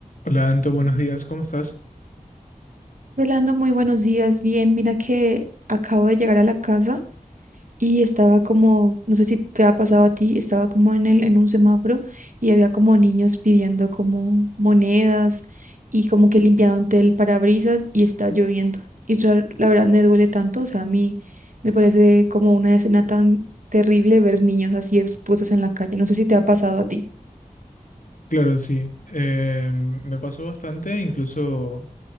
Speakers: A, on the left; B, on the right.
A: Hola Anto, buenos días, ¿cómo estás?
B: Rolando, muy buenos días. Bien, mira que acabo de llegar a la casa y estaba como, no sé si te ha pasado a ti, estaba como en el, en un semáforo y había como niños pidiendo como monedas y como que limpiaban el parabrisas y está lloviendo. Y ra- la verdad me duele tanto, o sea, a mí me parece como una escena tan terrible ver niños así expuestos en la calle. No sé si te ha pasado a ti.
A: Claro, sí. eh, me pasó bastante, incluso